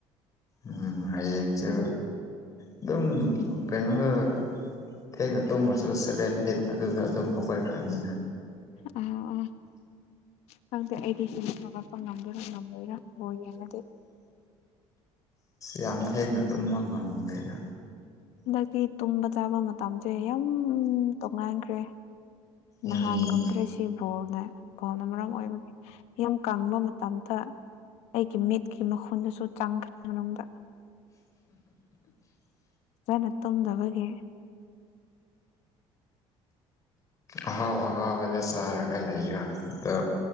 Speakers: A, on the left; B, on the left.
A: ꯎꯝ ꯍꯌꯦꯡꯁꯨ ꯑꯗꯨꯝ ꯀꯩꯅꯣꯗ ꯊꯦꯡꯅ ꯇꯨꯝꯈ꯭ꯔꯁꯨ ꯁꯦꯚꯦꯟ ꯑꯦꯠ ꯑꯗꯨꯗ ꯑꯗꯨꯝ ꯍꯧꯒꯠꯈ꯭ꯔꯕꯅꯤꯅ
B: ꯑꯣ ꯑꯣ ꯈꯪꯗꯦ ꯑꯩꯗꯤ ꯍꯌꯦꯡ ꯍꯧꯒꯠꯄ ꯉꯝꯗꯣꯏꯔꯥ ꯉꯝꯃꯣꯢꯗꯣꯏꯔꯥ ꯕ‌ꯣꯜ ꯌꯦꯡꯉꯗꯤ
A: ꯌꯥꯝ ꯊꯦꯡꯅ ꯇꯨꯝꯕ ꯉꯝꯗꯦꯗ
B: ꯍꯟꯗꯛꯇꯤ ꯇꯨꯝꯕ ꯆꯥꯕ ꯃꯇꯝꯁꯦ ꯌꯥꯝ ꯇꯣꯉꯥꯟꯈ꯭ꯔꯦ ꯅꯍꯥꯟꯒꯨꯨꯝꯗ꯭ꯔꯁꯤ
A: ꯎꯝ
B: ꯁꯤ ꯕꯣꯜꯅ ꯕꯣꯜꯅ ꯃꯔꯝ ꯑꯣꯏꯕꯒꯤ ꯌꯥꯝ ꯀꯪꯕ ꯃꯇꯝꯗ ꯑꯩꯒꯤ ꯃꯤꯠꯀꯤ ꯃꯈꯨꯟꯗꯨꯁꯨ ꯆꯥꯡꯈ꯭ꯔꯦ ꯃꯅꯨꯡꯗ ꯐꯖꯥꯅ ꯇꯨꯝꯗꯕꯒꯤ
A: ꯑꯍꯥꯎ ꯑꯍꯥꯎꯕꯗ ꯆꯥꯔꯒ ꯂꯩꯌꯣ ꯑꯗꯣ